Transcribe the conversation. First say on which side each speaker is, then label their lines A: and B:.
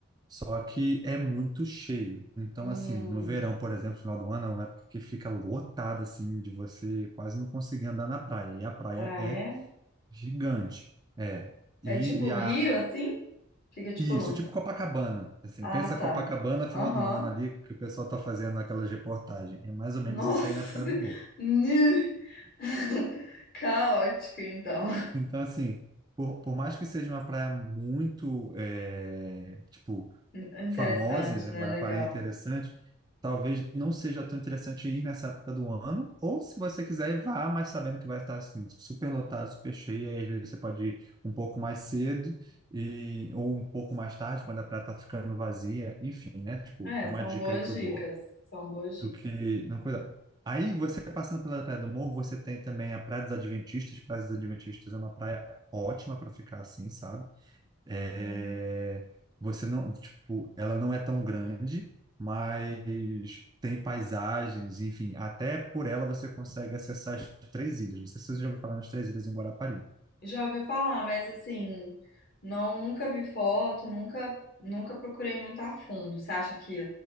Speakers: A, on the right; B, on the left.
A: Só que é muito cheio. Então,
B: Hum,
A: assim, no verão, por exemplo, final do ano, é uma época que fica lotada, assim, de você quase não conseguir andar na praia. E a praia
B: ah,
A: é
B: é?
A: gigante. É.
B: É
A: E,
B: tipo
A: e a,
B: rio assim? Fica tipo
A: isso,
B: no rio.
A: tipo Copacabana. Assim,
B: Ah,
A: pensa
B: tá.
A: Copacabana, final
B: Aham.
A: do ano ali, que o pessoal tá fazendo aquelas reportagens. É mais ou menos
B: Nossa.
A: isso aí na Praia
B: Senhora.
A: do Morro.
B: Nu. <laughs> Caótico, então.
A: Então, assim, por, por mais que seja uma praia muito, é, tipo,
B: <laughs> Interessante,
A: famosa, né,
B: né?
A: Guarapari
B: Legal.
A: é interessante, talvez não seja tão interessante ir nessa época do ano, ou se você quiser, vá, mas sabendo que vai estar, assim, super lotado, super cheio, aí às vezes você pode ir um pouco mais cedo, e, ou um pouco mais tarde, quando a praia está ficando vazia, enfim, né? Tipo,
B: É,
A: é uma
B: são
A: dica
B: boas
A: aí que
B: dicas,
A: eu dou
B: são boas dicas.
A: do que não cuidar. Aí você passando pela Praia do Morro, você tem também a Praia dos Adventistas. Praia dos Adventistas é uma praia ótima para ficar assim, sabe? É,
B: Hum,
A: Você não, tipo, ela não é tão grande, mas tem paisagens, enfim, até por ela você consegue acessar as três ilhas. Não sei se você já ouviu falar nas três ilhas em Guarapari.
B: já ouvi falar, mas assim, não, nunca vi foto, nunca, nunca procurei muito a fundo. Você acha que